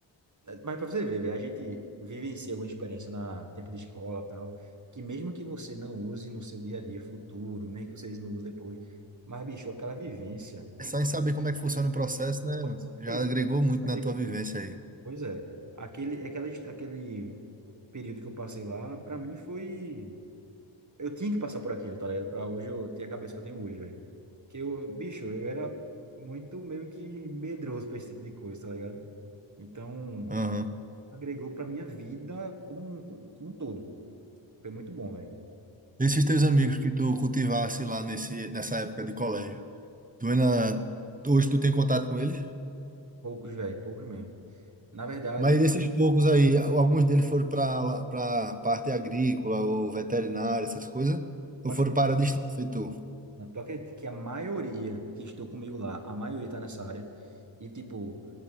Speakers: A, on the right; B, on the right.
A: Mas pra você ver, velho, a gente vivencia alguma experiência na tempo de escola e tal, que mesmo que você não use no seu dia a dia futuro, mesmo que vocês não usem depois, mas, bicho, aquela vivência.
B: Só em saber como é que funciona o processo, né?
A: Pode saber,
B: Já
A: é isso,
B: agregou muito
A: pode saber
B: na tua
A: como-
B: vivência aí.
A: Pois é. Aquele, aquela, aquele período que eu passei lá, pra mim foi. Eu tinha que passar por aquilo, tá ligado? Pra hoje eu ter a cabeça que eu tenho hoje, velho. Que eu, bicho, eu era muito meio que medroso pra esse tipo de coisa, tá ligado? Então,
B: Aham.
A: agregou pra minha vida como, um- como, como um todo. Foi muito bom, velho.
B: Esses teus amigos que tu cultivasse lá nesse, nessa época de colégio. Tu ainda, hoje tu tem contato com eles?
A: Poucos, velho, poucos mesmo. Na verdade,
B: Mas desses poucos aí, alguns deles foram para para parte agrícola ou veterinária, essas coisas, ou
A: tu acredita,
B: foram para a distância, feito tu?
A: tu acredita que a maioria que estou comigo lá, a maioria tá nessa área. E, tipo,